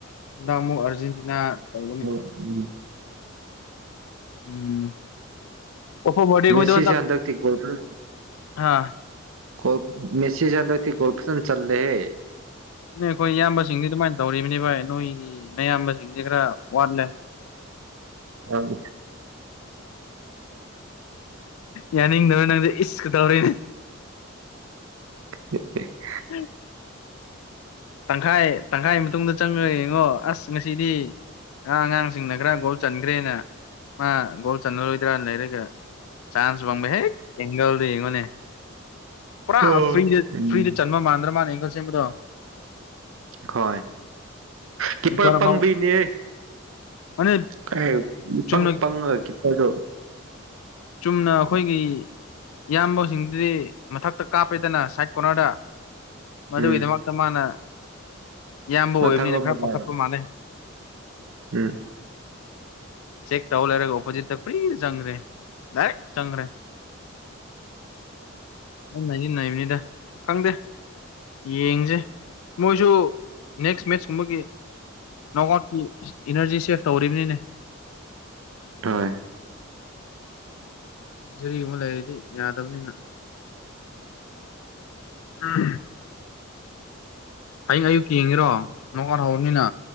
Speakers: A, on the left (about 80°); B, on the right (about 75°).
A: ꯍꯟꯗꯛ ꯑꯃꯨꯛ ꯑꯔꯖꯦꯟꯇꯤꯅꯥ ꯇꯧꯕꯅꯤ
B: ꯎꯝ
A: ꯎꯝ ꯀꯣꯄꯥ ꯕꯥꯔꯗꯦ
B: ꯃꯦꯁꯤꯁꯦ
A: ꯈꯣꯏꯗꯣ ꯍꯟꯗꯛ
B: ꯍꯟꯗꯛꯇꯤ ꯒꯣꯜꯗꯔ
A: ꯍꯥ
B: ꯀꯣꯜ ꯃꯦꯁꯤ ꯍꯟꯗꯛꯇꯤ ꯒꯣꯜ‌ ꯐꯖꯅ ꯆꯜꯂꯦꯍꯦ
A: ꯅꯣꯏ ꯈꯣꯏ ꯏꯌꯥꯝꯕꯁꯤꯡꯗꯤ ꯑꯗꯨꯃꯥꯏꯅ ꯇꯧꯔꯤꯕꯅꯦ ꯚꯥꯏ ꯅꯣꯏꯒꯤ ꯅꯌꯥꯝꯕ ꯁꯤꯡꯁꯦ ꯈꯔ ꯋꯥꯠꯂꯦ
B: ꯑꯪ
A: ꯌꯥꯅꯤꯡꯗꯕ ꯅꯪꯗꯤ ꯏꯁꯀ ꯇꯧꯔꯤ
B: <unintelligible>
A: <unintelligible> ꯇꯪꯈꯥꯏ ꯇꯪꯈꯥꯏ ꯃꯇꯨꯡꯗ ꯆꯪꯉꯒ ꯌꯦꯡꯉꯣ ꯑꯁ ꯉꯁꯤꯗꯤ ꯑ ꯑꯉꯥꯡꯁꯤꯡꯅ ꯈꯔ ꯒꯣꯜ ꯆꯟꯈ꯭ꯔꯦꯅ ꯃꯥ ꯒꯣꯜ ꯆꯜꯅꯔꯣꯏꯗ꯭ꯔꯥꯅ ꯂꯩꯔꯒ ꯆꯥꯟꯁ ꯐ ꯪꯕ ꯍꯦꯛ ꯑꯦꯡꯒꯜꯗ ꯌꯦꯡꯉꯣꯅꯦ ꯄꯨꯔꯥ
B: ꯑꯣ
A: ꯐ꯭ꯔꯤꯗ
B: ꯎꯝ
A: ꯐ꯭ꯔꯤꯗ ꯆꯟꯕ ꯃꯥꯟꯗ꯭ꯔꯥ ꯃꯥꯅ ꯑꯦꯡꯒꯜ ꯁꯦꯝꯕꯗꯣ
B: ꯍꯣꯏ ꯀꯤꯄꯔ
A: ꯏꯄꯥꯔ ꯐꯥꯎ
B: ꯄꯪꯕꯩꯅꯦꯌꯦ
A: ꯑꯗꯨ
B: ꯀꯦ ꯏꯄꯪ
A: ꯆꯨꯝꯅ
B: ꯄꯪꯉ ꯀꯤꯄꯔꯗꯣ
A: ꯆꯨꯝꯅ ꯑꯩꯈꯣꯏꯒꯤ ꯏꯌꯥꯝꯕꯁꯤꯡꯗꯨꯗꯤ ꯃꯊꯛꯇ ꯀꯥꯞꯄꯦꯗꯅ ꯁꯥꯏꯠ ꯀꯣꯔꯅꯔꯗ ꯃꯗꯨꯒꯤꯗꯃꯛꯇ
B: ꯎꯝ
A: ꯃꯥꯅ ꯏꯌꯥꯝꯕ ꯑꯣꯏꯕꯅꯤꯅ
B: ꯃꯊꯛꯔꯣꯝꯗ
A: ꯈꯔ
B: ꯉꯥꯏꯕ
A: ꯄꯥꯈꯠꯄ ꯃꯥꯜꯂꯦ
B: ꯎꯝ
A: ꯆꯦꯛ ꯇꯥꯎꯔ ꯂꯩꯔꯒ ꯑꯣꯄꯣꯖꯤꯠ ꯐꯔꯤꯗ ꯆꯪꯒꯔ꯭ꯦ ꯗꯥꯏꯔꯦꯛ ꯆꯪꯒꯔ꯭ꯦ ꯑꯩꯅꯗꯤ ꯅꯩꯕꯅꯤꯗ ꯈꯪꯗꯦ ꯌꯦꯡꯁꯦ ꯃꯣꯏꯁꯨ ꯅꯦꯛꯁ ꯃꯦꯠꯁ ꯒꯨꯝꯕꯒꯤ ꯅꯣꯛ ꯑꯥꯎꯠꯀꯤ ꯏꯅꯔꯖꯤ ꯁꯦꯞꯁ ꯇꯧꯔꯤꯕꯅꯤꯅꯦ
B: ꯇꯥꯏ
A: ꯖꯨꯔꯤꯒꯨꯝꯕ ꯂꯩꯔꯗꯤ ꯌꯥꯗꯕꯅꯤꯅ <unintelligible> ꯍꯌꯦꯡ ꯑꯌꯨꯛ ꯌꯦꯡꯉꯤꯔꯣ ꯅꯣꯡ ꯑꯥꯎꯠ ꯍꯧꯔꯅꯤꯅ